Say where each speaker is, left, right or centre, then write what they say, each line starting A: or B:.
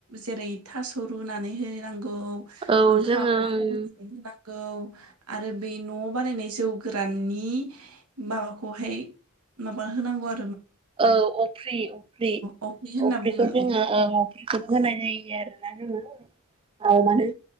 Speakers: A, on the right; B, on the right.
A: जेरै थास' रुनानै हो नांगौ
B: औ
A: ओंखाम
B: जोङो उम
A: ओंख्रै होनांगौ आरो बे न' बानायनाय जौ गोराननि माबाखौहाय माबा होनांगौ आ
B: औ अफ्रि अफ्रि
A: अफ्रि होनना
B: अफ्रिखौ
A: बुङो
B: जोङो अफ्रिखौ होनाय जायो। <unintelligible> औ मानो